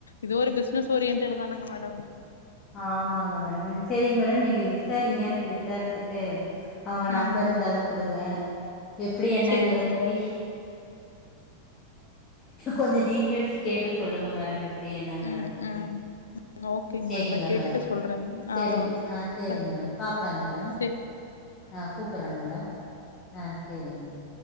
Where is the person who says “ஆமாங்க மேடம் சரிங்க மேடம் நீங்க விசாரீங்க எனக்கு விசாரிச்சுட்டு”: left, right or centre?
Left